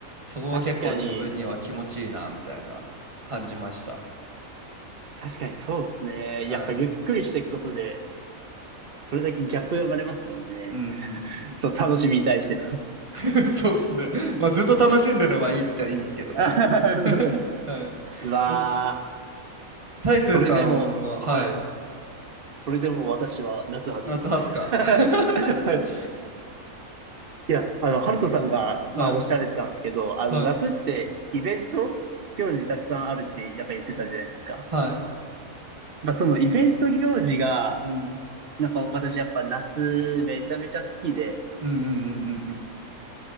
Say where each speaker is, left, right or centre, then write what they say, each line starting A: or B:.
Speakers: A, on the right; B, on the right.
A: そこが結構自分には気持ちいいなみたいな感じました。
B: ー、確かに、確かにそうですね。
A: はい。
B: やっぱゆっくりしていくことで、それだけギャップが生まれますもんね。
A: うん。
B: そう、楽しみに対しての。
A: <laughs> そうですね。まあずっと楽しんでればいいっちゃいいんですけどね。
B: <laughs>
A: <laughs> はい。
B: うわー。
A: え大成さんは、
B: それでも、はい。
A: はい。
B: それでも私は夏派です。
A: 夏ハスか。
B: <laughs> は
A: <laughs>
B: い。いや、あの、ハルトさんが、まあ、
A: はい、
B: おっしゃられてたんですけど、あの、
A: はい、
B: 夏ってイベント行事たくさんあるって、やっぱ言ってたじゃないですか。
A: はい。
B: まあ、そのイベント行事が、
A: うん。
B: なんか私やっぱ夏めちゃめちゃ好きで、
A: うんうんうんうんうん。